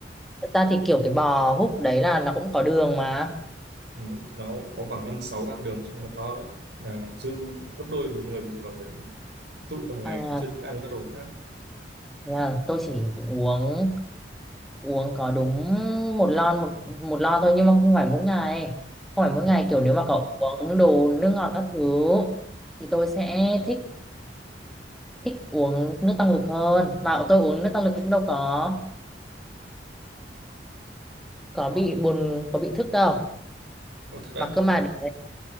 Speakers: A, in the centre; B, on the right.
A: thật ra thì kiểu cái bò húc đấy là nó cũng có đường mà
B: Ừ. nó có khoảng năm sáu gram đường trong một lon đấy là dư gấp đôi của người bình thường rồi tụ trong ngày
A: à,
B: thì chưa ăn các đồ khác
A: thế à, tôi chỉ uống uống có đúng một lon một một lon thôi nhưng mà không phải mỗi ngày không phải mỗi ngày
B: à,
A: kiểu nếu mà cậu uống đồ nước ngọt các thứ thì tôi sẽ thích thích uống nước tăng lực hơn mà tôi uống nước tăng lực cũng đâu có có bị buồn có bị thức đâu
B: ô, thật
A: mà
B: á
A: cơ mà đấy,